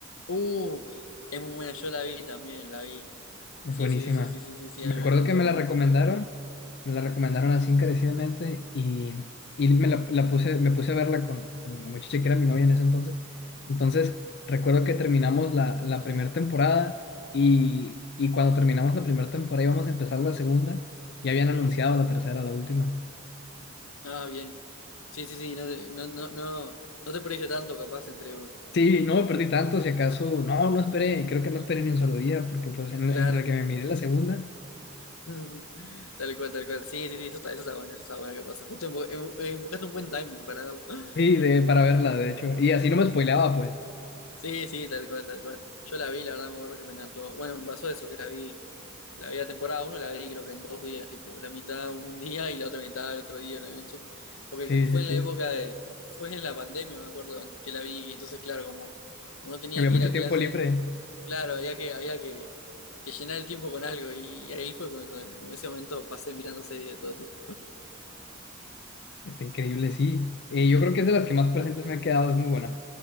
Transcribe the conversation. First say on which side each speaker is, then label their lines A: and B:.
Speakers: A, on the left (about 85°); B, on the left (about 50°).
A: Uh, es muy buena, yo la vi también, la vi.
B: Es
A: Sí,
B: buenísima.
A: sí, sí, sí, sí, sí, sí, sí,
B: Me
A: a mí
B: acuerdo
A: me encantó,
B: que me la
A: a
B: recomendaron,
A: mí me encantó.
B: me la recomendaron así encarecidamente y, y me la, la puse, me puse a verla con, con la muchacha que era mi novia en ese entonces. Entonces, recuerdo que terminamos la, la primera temporada y, y cuando terminamos la primera temporada íbamos a empezar la segunda y habían anunciado la tercera, la última.
A: Ah, bien. Sí, sí, sí, no te, no, no, no, no te perdiste tanto capaz entre un.
B: Sí, no me perdí tanto, si acaso, no, no esperé, creo que no esperé ni un solo día porque pues en-
A: Claro.
B: entre que me miré la segunda,
A: <laughs> Tal cual, tal cual. Sí, sí, sí, eso está, eso está bueno, eso está bueno que pasa. Justo invo- invo- invocaste un buen timing para verlo. <laughs>
B: sí, de, para verla, de hecho, y así no me spoileaba pues.
A: Sí, sí, tal cual, tal cual. Yo la vi, la verdad me acuerdo que me encantó. Bueno, me pasó eso, que la vi, la vi la temporada uno, la vi creo que en dos días, tipo, la mitad un día y la otra mitad el otro día la noche. Porque
B: Sí,
A: cre-
B: sí,
A: fue
B: sí.
A: en la época de, fue en la pandemia, me acuerdo que la vi, y entonces claro, como, como no tenía
B: Que había
A: que
B: mucho
A: ir a
B: tiempo
A: clase,
B: libre.
A: claro, había que, había que, que llenar el tiempo con algo, y, y ahí fue cuando en ese momento pasé mirando series de todo tipo.
B: Está increíble, sí. Eh, yo creo que es de las que más presentes me ha quedado, es muy buena.